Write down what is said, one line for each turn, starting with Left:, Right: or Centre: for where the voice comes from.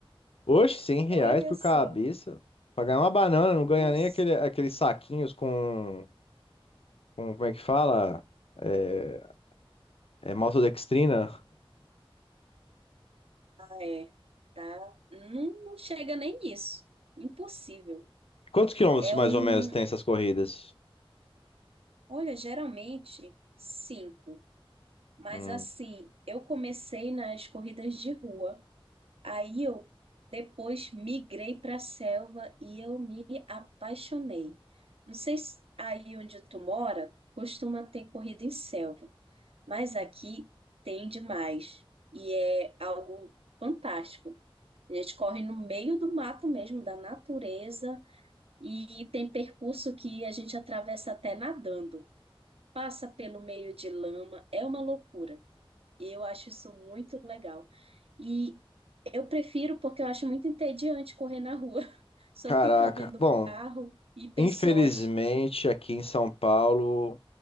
Left: Oxe, 100 reais
Right: Olha
Left: por
Right: só.
Left: cabeça. Pra ganhar uma banana, não ganha
Right: Nossa.
Left: nem aquele, aqueles saquinhos com, com. Como é que fala? É, é maltodextrina.
Right: É, tá? Não, não chega nem nisso. Impossível.
Left: Quantos quilômetros
Right: É
Left: mais
Right: um.
Left: ou menos tem essas corridas?
Right: Olha, geralmente cinco. Mas
Left: Hum,
Right: assim, eu comecei nas corridas de rua. Aí eu depois migrei para a selva e eu me apaixonei. Não sei se aí onde tu mora costuma ter corrida em selva, mas aqui tem demais. E é algo fantástico. A gente corre no meio do mato mesmo, da natureza, e tem percurso que a gente atravessa até nadando. Passa pelo meio de lama, é uma loucura. E eu acho isso muito legal. E eu prefiro porque eu acho muito entediante correr na rua. <laughs> Só
Left: Caraca.
Right: ficar vendo
Left: Bom,
Right: carro e pessoas.
Left: infelizmente aqui em São Paulo